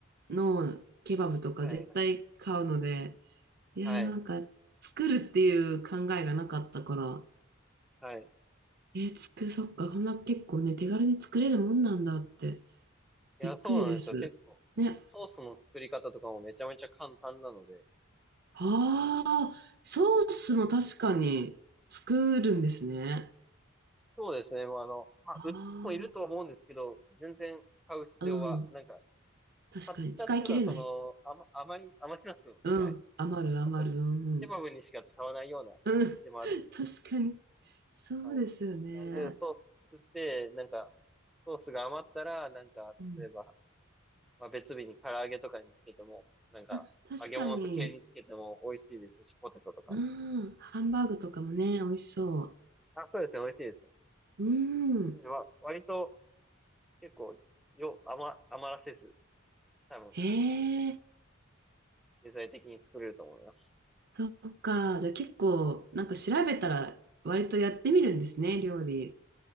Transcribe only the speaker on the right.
のケバブとか絶対買うので、
いや、
なんか、作るっていう考えがなかったから、
えー、作る、そっか、こんな結構ね、手軽に作れるもんなんだって、びっくりです。
ね。
ああ、ソースも確かに作るんですね。
あ
あ、うん。
確かに、
使い切れない。
うん。
余る、余る、
うん、
うん。<laughs> うん、<laughs> 確かに。そうですよね。
うん。
あ、確かに。
うん。ハンバーグとかもね、美味しそ
う。うん。
ええ
そっか。じゃあ結構、なんか調べたら、割とやってみるんですね、料理。